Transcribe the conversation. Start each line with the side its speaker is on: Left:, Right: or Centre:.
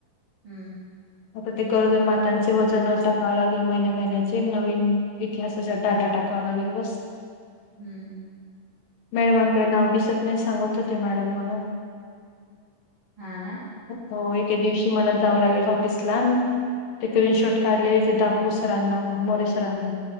Right: ह्म्म.
Left: आता ते गरोदर मातांचे वजन टाकावे लागेल महिन्या महिन्याचे नवीन इतिहासाचा डाटा टाकावा लागेल बस
Right: हम्म
Left: मॅडमांकडे नाव दिसत नाही सांगत होतिया मॅडम म्हण
Right: हा ना.
Left: हो एके दिवशी मला जावं लागेल ऑफिसलान ते स्क्रीनशॉर्ट काढलेले ते दाखवू सरांना, मग मोरे सरांना